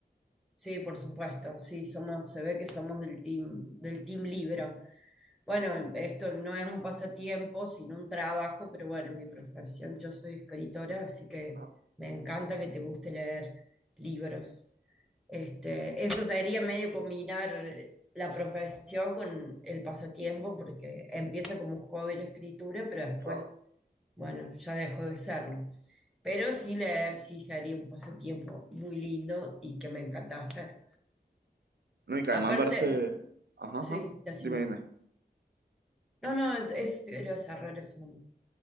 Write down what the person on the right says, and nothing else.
Ajá,
claro.
¿No? Y que además
parece... Ajá, ajá.
Dime, dime.